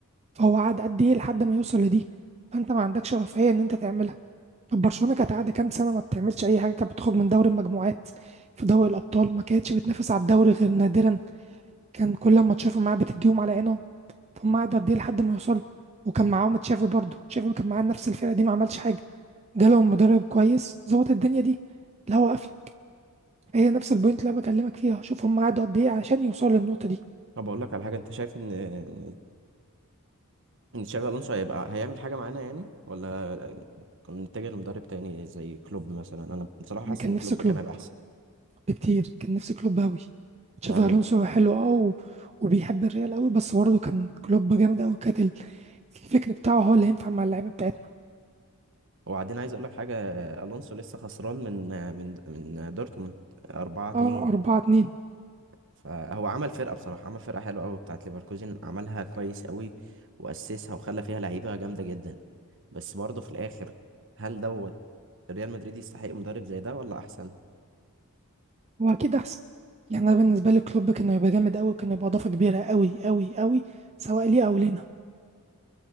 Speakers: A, on the right (about 30°); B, on the right (about 60°).
A: فهو قعد قد ايه لحد ما يوصل لدي فانت ما عندكش رفاهيه ان انت تعملها طب برشلونه كانت قاعده كام سنه ما بتعملش اي حاجه كانت بتخرج من دوري المجموعات في دوري الابطال ما كانتش بتنافس على الدوري غير نادرا كان كل ما تشوفهم معاه بتديهم على عينهم فهم قعدوا قد ايه لحد ما يوصلوا وكان معاهم تشافي برضه تشافي كان معاه نفس الفرقه دي ما عملش حاجه جالهم مدرب كويس ظبط الدنيا دي الهوا قفل هي نفس البوينت اللي انا بكلمك فيها شوف هم قعدوا قد ايه عشان يوصلوا للنقطه دي
B: طب اقول لك على حاجه انت شايف ان ان إن تشابي الونسو هيبقى هيعمل حاجه معانا يعني ولا كنا نتجه لمدرب تاني زي كلوب مثلا انا بصراحه حاسس
A: انا كان
B: ان
A: نفسي
B: كلوب
A: كلوب
B: كان هيبقى احسن
A: بكتير كان نفسي كلوب أوي تشافي
B: يعني
A: ألونسو حلو أه و- وبيحب الريال أوي بس برضه كان كلوب جامد أوي كانت ال- الفكر بتاعه هو اللي ينفع مع اللعيبة بتاعتنا
B: وبعدين عايز اقول لك حاجه الونسو لسه خسران من من من دورتموند 4 2
A: أه أربعة اتنين
B: فهو عمل فرقه بصراحه عمل فرقه حلوه قوي بتاعت ليفركوزن عملها كويس قوي واسسها وخلى فيها لعيبه جامده جدا بس برضه في الاخر هل دوت ريال مدريد يستحق مدرب زي ده ولا احسن
A: هو أكيد أحسن يعني أنا بالنسبة لي كلوب كان هيبقى جامد أوي كان هيبقى إضافة كبيرة أوي أوي أوي سواء ليه أو لينا